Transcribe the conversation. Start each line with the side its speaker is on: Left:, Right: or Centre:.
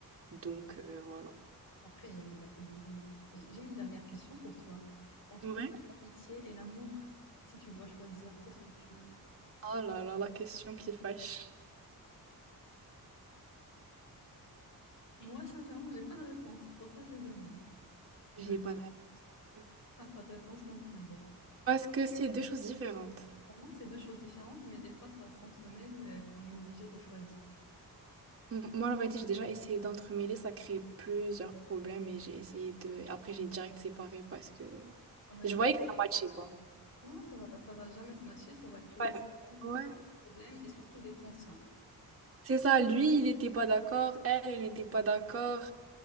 Right: Donc, euh, voilà.
Left: Après, il y a les appels vidéo. Mais j'ai une dernière question pour toi. Entre
Right: Ouais.
Left: l'amitié et l'amour, si tu dois choisir, qu'est-ce que tu...
Right: Ah là là, la question qui fâche.
Left: Moi, sincèrement, j'ai pas de réponse. C'est pour ça que je demande. Je
Right: J'ai pas de réponse.
Left: t'as pas de réponse non plus. Bon,
Right: Parce que c'est deux choses différentes.
Left: vraiment, c'est deux choses différentes, mais des fois, ça s'entremêle euh, qu'on est obligé de choisir.
Right: M- Moi, la vérité, j'ai déjà essayé d'entremêler, ça crée plusieurs problèmes et j'ai essayé de... Après, j'ai direct séparé parce que
Left: Ah ouais.
Right: je voyais que ça matchait pas.
Left: Non, ça va, ça va jamais se matcher. Ça va créer
Right: Ouais.
Left: des
Right: Ouais.
Left: problèmes et surtout des tensions.
Right: C'est ça, lui, il n'était pas d'accord, elle, elle n'était pas d'accord.